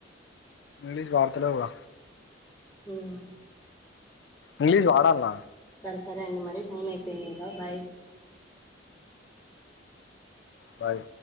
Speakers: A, on the left (about 65°); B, on the left (about 15°).
A: ఇంగ్లీష్ వాడతాలేవు గ
B: ఉమ్
A: ఇంగ్లీష్ వాడాల్న
B: సరే సరే అండి మరి టైం అయిపోయింది ఇంక బాయ్
A: బాయ్